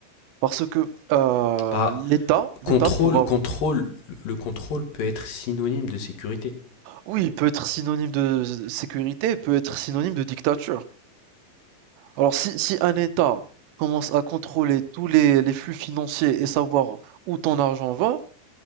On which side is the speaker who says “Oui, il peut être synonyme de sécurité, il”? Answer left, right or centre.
Right